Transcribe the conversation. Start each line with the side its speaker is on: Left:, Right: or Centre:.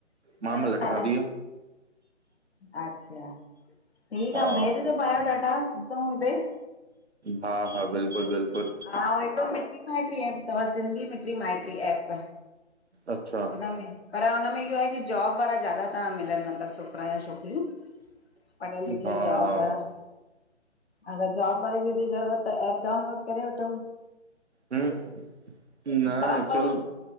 Left: घणनि
Right: मामल अठावीह!
Left: सालनि अच्छा ठीकु
Right: हा
Left: आहे भेजजो बायोडाटा ॾिसूं हिते!
Right: हा हा बिल्कुलु बिल्कुलु!
Left: आ ओर एको मित्री-माइट्री ऐप तव सिन्धी मित्री-माइत्री ऐप।
Right: अच्छा!
Left: पर हुनमें इहो आहे की जॉब वारा ज्यादा था मिलनि मतलबु छोकिरा या छोकिरियूं! पढ़ियल लिखियल
Right: हा
Left: जॉब
Right: हा
Left: वारा! अगर जॉब वारी जी ज़रूरत त एप डाउनलड करे वठो!
Right: हम न
Left: जॉब
Right: एचुअल!
Left: वारे